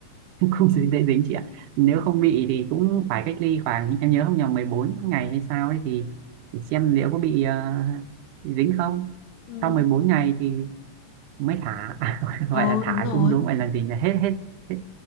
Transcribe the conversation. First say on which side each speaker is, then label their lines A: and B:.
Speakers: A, on the right; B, on the left.
A: <laughs> không dễ dễ dính chị ạ. Nếu
B: Ừ.
A: không bị thì cũng phải cách ly khoảng, em nhớ không nhầm 14 ngày hay sao ấy thì để xem liệu có bị, ờ, bị dính không.
B: ừ
A: Sau 14 ngày thì mới thả, <laughs> gọi
B: ừ
A: là thả
B: đúng rồi
A: chung đúng, gọi là gì là hết, hết, hết